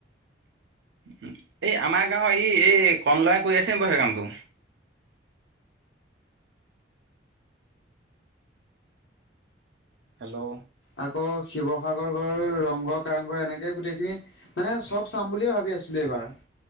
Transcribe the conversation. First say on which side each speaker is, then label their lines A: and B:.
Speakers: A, on the right; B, on the left.
A: এই আমাৰ গাঁওৰ এই এই কনলাই কৰি আছে বাৰু সেই কামটো হেল্ল'
B: আকৌ শিৱসাগৰ ঘৰৰ ৰংঘৰ, কাৰেংঘৰ এনেকে গোটেইখিনি। মানে চব চাম বুলিয়ে ভাবি আছিলো এইবাৰ